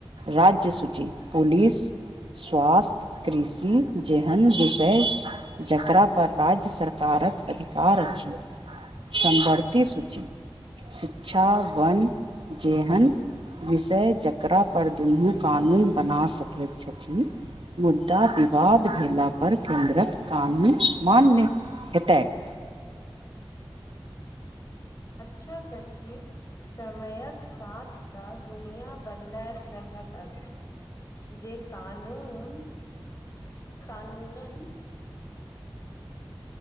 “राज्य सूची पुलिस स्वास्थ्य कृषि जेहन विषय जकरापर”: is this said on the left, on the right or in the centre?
Right